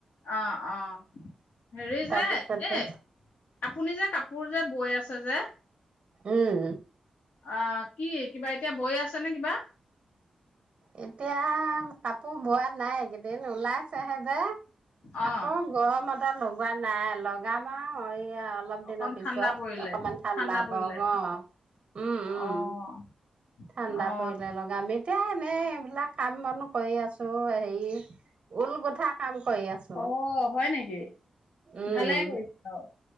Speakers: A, on the left (about 85°); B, on the right (about 40°).
A: অ', অ', হেৰি
B: তাৰপিছতে
A: যে এ আপুনি যে কাপোৰ যে বৈ আছে যে
B: উম।
A: অ', কি কিবা এতিয়া বৈ আছে নে কিবা
B: এতিয়া কাপোৰ বোৱা নাইকেইদিন ওলাইছেহে যে।
A: অ',
B: আকৌ গৰমতা লগোৱা নাই লগাম আৰু এইয়া অলপ
A: অকন
B: দিনৰ পিছত
A: ঠাণ্ডা পৰিলে
B: অকমান ঠাণ্ডা
A: পৰিলে
B: প গ উম, উম।
A: অ',
B: ঠাণ্ডা
A: অ',
B: পৰিলে লগা আমি এতিয়া এনেই এইবিলাক কাম মানুহ কৰি আছোঁ হেৰি ঊল গোঠা কাম কৰি আছোঁ।
A: অ', হয় নেকি
B: উম
A: ভালে কৰিছে আৰু।